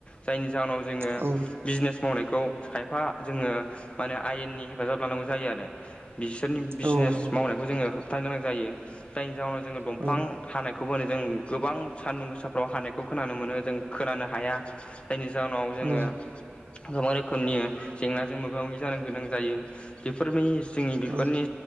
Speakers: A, on the left (about 25°); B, on the right (about 60°).
A: जायनि जाहोनाव जोङो
B: औ
A: बिजनेस मावनायखौ खायफा जोङो माने आयेननि हेफाजाब लानांगौ जायो आरो। बिसोरनि बिजनेस
B: औ नंगौ
A: मावनायखौ जोङो होबथानो गोनां जायो जायनि जाहोनाव जोङो दंफां
B: औ
A: हानायखौ होनो जों गोबां सान्दुं गोसाफ्राव हानायखौ खोनानो मोनो जों खोनानो हाया। जायनि जाहोनाव जोङो
B: औ
A: गोबां रोखोमनि जेंनाजों मोगा मोगि जानो गोनां जायो। बेफोर जोंनि बेफोरनि
B: औ